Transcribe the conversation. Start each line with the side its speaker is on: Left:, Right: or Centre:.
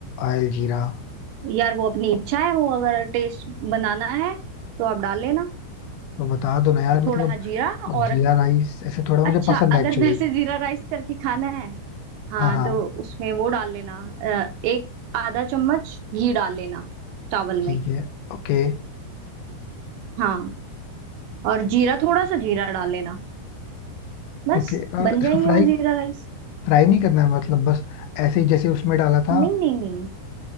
Left: ऑयल जीरा
Right: यार वो अपनी इच्छा है वो अगर टेस्ट बनाना है तो आप डाल लेना
Left: तो बता दो ना यार मतलब
Right: थोड़ा हाँ जीरा
Left: वो
Right: और
Left: जीरा राइस ऐसे थोड़ा मुझे
Right: अच्छा
Left: पसंद
Right: अगर
Left: है एक्चुअली
Right: <laughs> वैसे जीरा राइस करके खाना है हाँ
Left: हाँ हाँ
Right: तो उसमें वो डाल लेना अ, एक आधा चम्मच घी डाल लेना चावल
Left: ठीक
Right: में
Left: है ओके
Right: हाँ और जीरा थोड़ा सा जीरा डाल लेना बस
Left: ओके अ,
Right: बन जाएंगे
Left: इसको फ्राई
Right: वो जीरा राइस
Left: फ्राई नहीं करना है मतलब बस ऐसे ही जैसे उसमें डाला था
Right: नहीं नहीं नहीं